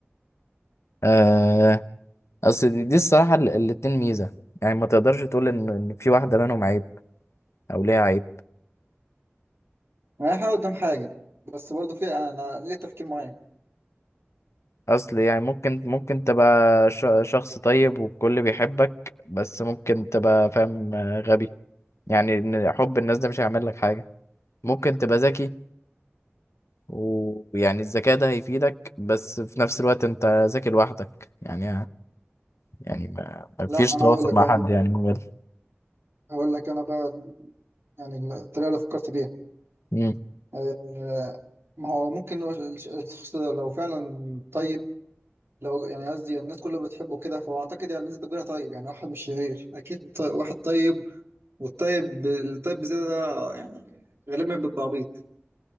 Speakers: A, on the left; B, on the right.
A: آه، اصل دي, دي الصراحة ال- الاتنين ميزة يعني ما تقدرش تقول ان إن في واحدة منهم عيب او ليها عيب
B: أي حاجة قدام حاجة بس برضو في أنا ليه تفكير معين
A: اصل يعني ممكن ممكن تبقى ش- شخص طيب والكل بيحبك بس ممكن تبقى فاهم آه، غبي يعني إن حب الناس ده مش هيعمل لك حاجة ممكن تبقى ذكي ويعني الذكاء ده هيفيدك بس في نفس الوقت انت ذكي لوحدك يعني يعني ما, ما فيش
B: لا أنا
A: تواصل
B: هقول لك
A: مع
B: بقى
A: حد يعني موبايل
B: هقول لك أنا بقى يعني الطريقة اللي فكرت بيها
A: امم
B: آه، ما هو ممكن الش- الشخص ده لو فعلا طيب لو يعني قصدي الناس كلها بتحبه كده فهو أعتقد يعني الناس كبيرة طيب يعني واحد مش شرير أكيد طي- واحد طيب والطيب الطيب بزيادة ده يعني غالبا بيبقى عبيط